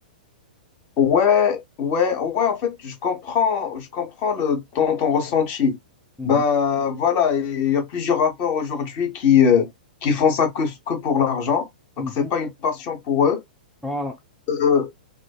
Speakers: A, on the left; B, in the centre.
A: Ouais, ouais, ouais, en fait, je comprends, je comprends le, ton, ton ressenti.
B: Mhm,
A: Bah, voilà, il y a plusieurs rappeurs aujourd'hui qui, euh, qui font ça que, que pour l'argent. Donc,
B: mhm.
A: c'est pas une passion pour eux.
B: Voilà.
A: Euh,